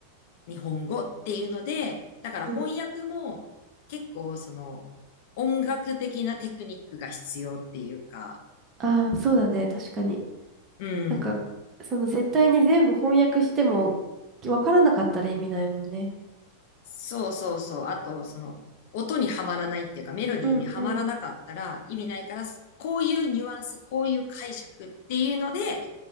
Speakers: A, on the left; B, on the right.
A: 日本語っていうので、だから翻訳も結構その音楽的なテクニックが必要っていうか、
B: うん。ああ、そうだね。確かに。
A: うん。
B: なんか、その絶対に全部翻訳しても、わからなかったら意味ないもんね。
A: そうそうそう。あと、その音にはまらないっていうか、メロディーにはまらなかったら意味ないから、
B: うんうん
A: こういうニュアンス、こういう解釈っていうので、